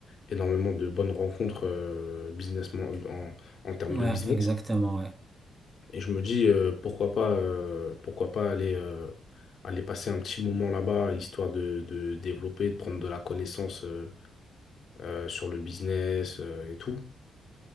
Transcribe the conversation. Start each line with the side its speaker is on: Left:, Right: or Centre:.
Left: énormément de bonnes rencontres euh, business, en, en termes
Right: ouais,
Left: de business.
Right: exactement, ouais.
Left: Et je me dis, euh, pourquoi pas, euh, pourquoi pas aller, euh, aller passer un petit moment là-bas, histoire de, de développer, de prendre de la connaissance euh, euh, sur le business euh, et tout.